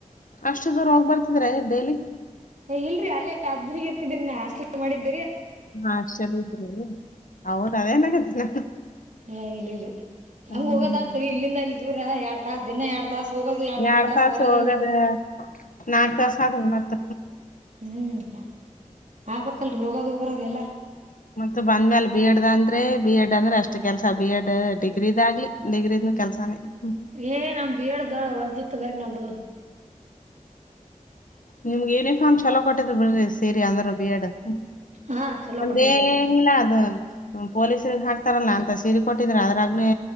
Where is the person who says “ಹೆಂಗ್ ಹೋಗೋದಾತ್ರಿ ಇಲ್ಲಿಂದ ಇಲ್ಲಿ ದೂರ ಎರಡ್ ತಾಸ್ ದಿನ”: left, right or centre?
Right